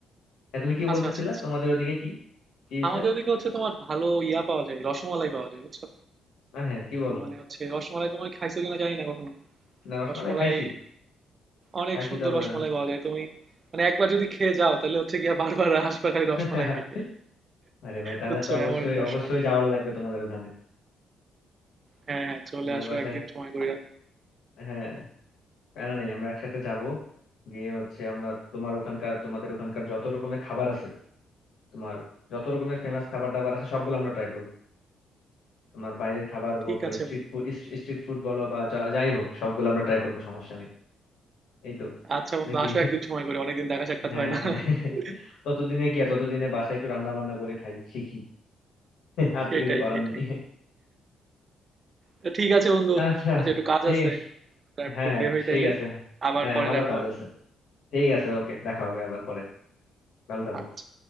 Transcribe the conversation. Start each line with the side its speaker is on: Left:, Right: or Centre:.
Left: হ্যাঁ তুমি কি
Right: আচ্ছা
Left: বলতেছিলে
Right: আচ্ছা আচ্ছা
Left: তোমাদের ওদিকে কি কি হয়েছে
Right: আমাদের ওদিকে হচ্ছে তোমার ভালো ইয়া পাওয়া যায় রসমালাই পাওয়া যায় বুঝছো
Left: আহ, হ্যাঁ কি বলো
Right: তো মানে হচ্ছে রসমালাই তোমায় খাইছো কিনা জানি না কখনো
Left: না রসমালাই
Right: রসমালাই
Left: খাইছি
Right: অনেক
Left: খাইছি
Right: সুন্দর
Left: তবে
Right: রসমালাই পাওয়া যায় তুমি মানে একবার যদি খেয়ে যাও তাহলে হচ্ছে গিয়া বারবার আসবে খালি রসমালাই
Left: <laughs>
Right: খাইতে
Left: আরে ভাই তাহলে
Right: বুঝছো
Left: তো অবশ্যই
Right: এমন রসমালাই
Left: অবশ্যই যাওয়ার লাগবে তোমাদের ওখানে
Right: হ্যাঁ, হ্যাঁ, চলে
Left: তোমাদের
Right: আসো
Left: বাসায়
Right: একদিন সময় কইরা।
Left: হ্যাঁ প্যারা নেই আমরা একসাথে যাব গিয়ে হচ্ছে আমরা তোমার ওখানকার তোমাদের ওখানকার যত রকমের খাবার আছে তোমার যত রকমের ফেমাস খাবার দাবার আছে সবগুলো আমরা ট্রাই করবো তোমার বাইরের খাবার
Right: ঠিক
Left: হোক বা
Right: আছে
Left: স্ট্রিট
Right: বন্ধু।
Left: ফুড স্ট্রিট ফুড বলো বা যা- যাই হোক সবগুলো আমরা ট্রাই করবো সমস্যা নেই এই তো
Right: আচ্ছা বন্ধু
Left: নাকি
Right: আসো একদিন সময় করে। অনেকদিন দেখা সাক্ষাৎ
Left: হ্যাঁ
Right: হয় না। <laughs>
Left: হ্যাঁ ততদিনে কি আর, ততদিনে বাসায় একটু রান্না বান্না করে খাই শিখি আর
Right: সেটাই,
Left: তো কিছু করার
Right: সেটাই।
Left: নেই
Right: তো ঠিক আছে বন্ধু।
Left: আচ্ছা
Right: আচ্ছা একটু কাজ
Left: ঠিক
Right: আছে।
Left: আছে
Right: তা একটু
Left: হ্যাঁ হ্যাঁ
Right: বের হই
Left: ঠিক
Right: তাইলে।
Left: আছে
Right: আবার
Left: হ্যাঁ
Right: পরে
Left: আমারও
Right: দেখা
Left: কাজ
Right: হবে
Left: আছে
Right: নি।
Left: ঠিক আছে ওকে দেখা হবে আবার পরে ভালো থাকো
Right: আচ্ছা।